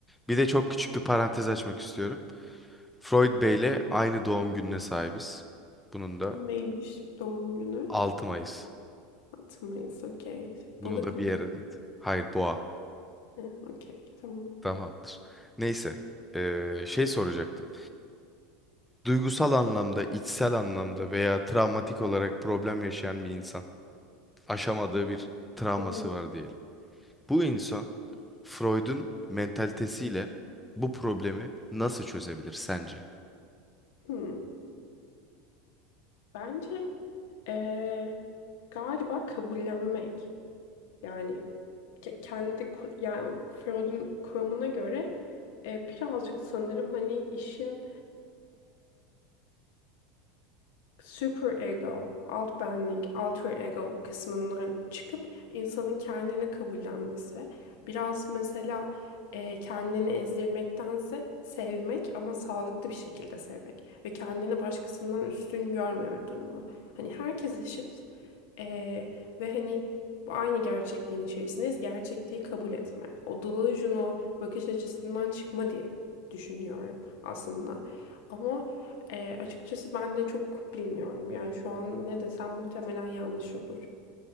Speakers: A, in the centre; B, on the left.
A: Bir de çok küçük bir parantez açmak istiyorum. Freud Bey'le aynı doğum gününe sahibiz. Bunun da
B: neymiş doğum günü?
A: 6 Mayıs.
B: 6 Mayıs okey.
A: Bunu
B: Balık
A: da
B: mı?
A: bir yere not. Hayır, boğa.
B: He, Okey, tamam.
A: Tamamdır. Neyse, eee, şey soracaktım. Duygusal anlamda, içsel anlamda veya travmatik olarak problem yaşayan bir insan aşamadığı bir travması
B: Hı hı.
A: var diyelim. Bu insan Freud'un mentalitesiyle bu problemi nasıl çözebilir sence?
B: Hmm. Bence eee, galiba kabullenmek. Yani ke- kendi kur- yani Freud'un kuramına göre eee, birazcık sanırım hani işin Super Ego, alt benlik, alter ego kısmından çıkıp insanın kendini kabullenmesi. Biraz mesela e, kendini ezdirmektense sevmek ama sağlıklı bir şekilde sevmek ve kendini başkasından üstün görmeme durumu. Hani herkes eşit ee, ve hani bu aynı gerçekliğin içerisindeyiz. Gerçekliği kabul etme. O delusional bakış açısından çıkma diye düşünüyorum aslında. Ama e, açıkçası ben de çok bilmiyorum. Yani şu an ne desem muhtemelen yanlış olur.